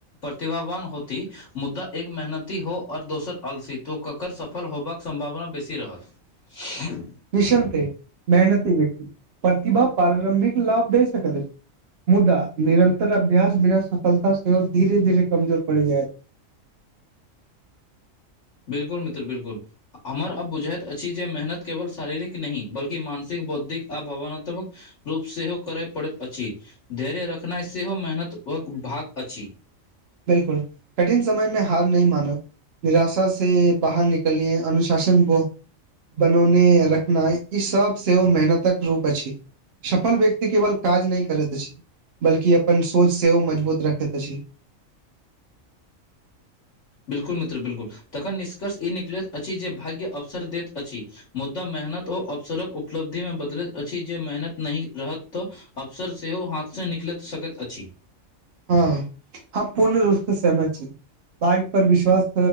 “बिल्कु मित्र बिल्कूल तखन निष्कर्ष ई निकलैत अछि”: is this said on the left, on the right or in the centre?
Left